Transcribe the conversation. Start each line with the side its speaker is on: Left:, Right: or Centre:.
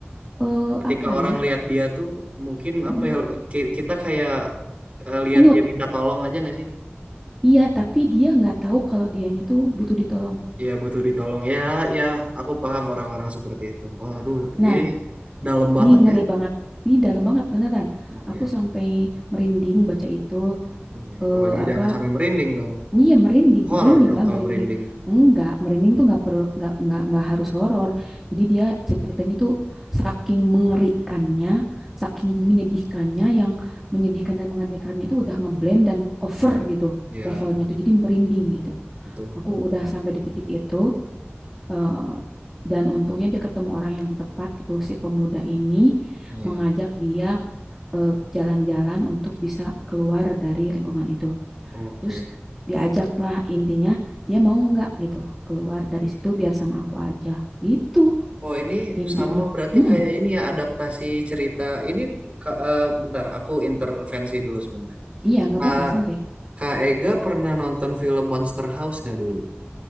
Centre: eh,
Right: ketika
Centre: apa
Right: orang
Centre: ya?
Right: lihat dia tuh mungkin
Centre: mm,
Right: apa ya ki- kita kayak eh, lihat
Centre: Hanyut.
Right: dia minta tolong aja nggak sih
Centre: Iya, tapi dia nggak tahu kalau dianya tuh butuh ditolong.
Right: ya butuh ditolong ya ya aku paham orang-orang seperti itu waduh
Centre: Nah,
Right: ini dalam banget
Centre: ini ngeri
Right: ya
Centre: banget. Ini dalam banget beneran.
Right: oke
Centre: Aku sampai merinding baca itu
Right: Iya.
Centre: eh,
Right: waduh
Centre: apa
Right: jangan sampai merinding dong
Centre: Iya merinding,
Right: horor
Centre: merinding
Right: dong
Centre: lah,
Right: kalau
Centre: merinding.
Right: merinding
Centre: Enggak, merinding tuh nggak perlu, nggak nggak nggak harus horor. Jadi dia ceritanya tuh saking mengerikannya, saking menyedihkannya, yang menyedihkan dan mengerikannya itu udah ngeblend dan over gitu
Right: ya,
Centre: levelnya
Right: ya,
Centre: tuh. Jadi merinding gitu.
Right: betul
Centre: Aku udah sampai di titik itu, eh, dan untungnya dia ketemu orang yang tepat gitu. Si pemuda ini
Right: ya
Centre: mengajak dia eh, jalan-jalan untuk bisa keluar dari lingkungan itu.
Right: oke
Centre: Terus diajak lah intinya dia mau nggak gitu keluar dari situ biar sama aku aja gitu
Right: Oh ini
Centre: intinya.
Right: sama berarti
Centre: Mm-mm.
Right: kayak ini ya adaptasi cerita ini Ka- eh, bentar aku intervensi dulu sebentar.
Centre: Iya nggak
Right: Kak
Centre: apa-apa santuy.
Right: Kak Ega pernah nonton film Monster House nggak dulu?